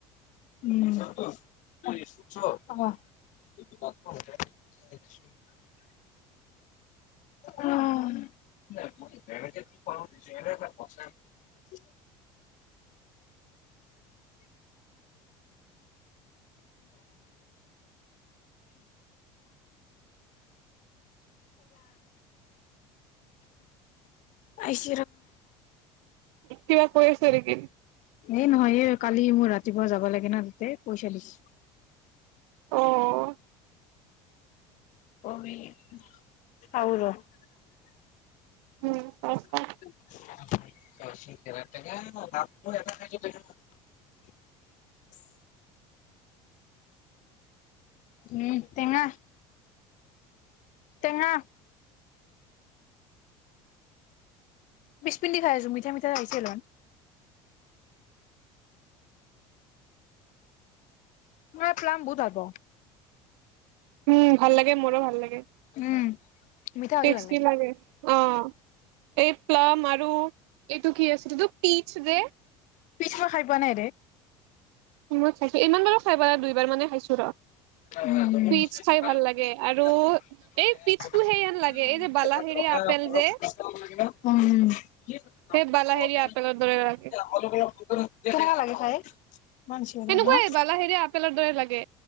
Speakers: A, on the left; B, on the right.
A: উম আহ অ কি আহচ
B: কিবা পইছাৰ গ
A: এই নহয় কালি মোৰ ৰাতিপুৱা যাব লাগে ন তাতে পইচা দিছো
B: অ',
A: হ
B: উম
A: শ
B: চা
A: উম তেঙা তেঙা বিছ পিন খাই আছো মিঠা মিঠা খাইছিলয় ম প্লাম বুধ হব
B: উম ভাল লাগে মোৰো ভাল লাগে
A: উম মিঠা হ'লে ভাল
B: ষ্টি লাগে অ এই প্লাম আৰু এইটো কি আছে পিচ দে
A: পিঠা খাই পোৱা নাই ৰে
B: মই খাইছো ইমান বাৰো খাই বা দুইবাৰ মানে খাইছো ৰ
A: উম
B: পিচ খাই ভাল লাগে আৰু এই পিচটো সেই হেন লাগে এই যে বালাহেৰীয়া আপেল যে সেই বালাহেৰীয়া আপেলৰ দৰে লাগে
A: ইমান চিঞৰে
B: সেনেকুৱাই
A: হা
B: বালাহ হেৰি আপেলৰ দৰে লাগে